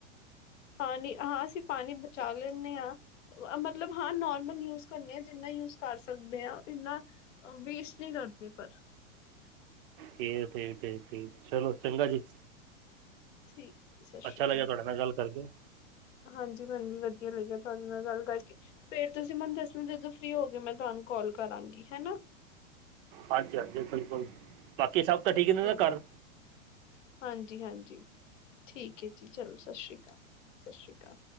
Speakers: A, on the left; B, on the right.
A: ਹਾਂ, ਨਹੀ, ਹਾ, ਅਸੀ ਪਾਣੀ ਬਚਾ ਲੈਂਨੇ ਆ, ਅ ਬ ਮਤਲਬ ਹਾਂ ਨੌ ਮੰਲ ਯੂਜ ਕਰਨੇ ਆ, ਜਿੰਨਾ ਯੂਜ ਕਰ ਸਕਦੇ ਆਂ, ਇੰਨਾ ਵੇਸਟ ਨੀ ਕਰਦੇ ਪਰ।
B: ਫੇਰ, ਫੇਰ, ਫੇਰ, ਚਲੋ ਚੰਗਾ ਜੀ।
A: ਠੀਕ ਸਤਿ ਸ਼੍ਰੀ
B: ਅੱਛਾ
A: ਅਕਾਲ
B: ਲੱਗਿਆ ਤੁਹਾਡੇ ਨਾਲ ਗੱਲ ਕਰਕੇ।
A: ਹਾਂਜੀ, ਮੈਨੂੰ ਵੀ ਵਧੀਆ ਲੱਗਿਆ ਤੁਹਾਡੇ ਨਾਲ ਗੱਲ ਕਰਕੇ, ਫੇਰ ਤੁਸੀਂ ਮੈਨੂੰ ਦਸਣਾ, ਜਦੋਂ ਫ੍ਰੀ ਹੋਗੇ ਮੈਂ ਤੁਹਾਨੂੰ ਕੌਲ ਕਰਾਂਗੀ ਹੈਨਾ‌।
B: ਹਾਂਜੀ-ਹਾਂਜੀ, ਬਿਲਕੁਲ। ਬਾਕੀ ਸਭ ਤਾ ਠੀਕ ਨੇ,
A: ਹਾਂ
B: ਨਾ
A: ਹਾਂਜੀ।
B: ਘਰ।
A: ਹਾਂਜੀ-ਹਾਂਜੀ ਠੀਕ ਏ ਜੀ, ਚਲੋ ਸਤਿ ਸ਼੍ਰੀ ਅਕਾਲ, ਸਤਿ ਸ਼੍ਰੀ ਅਕਾਲ।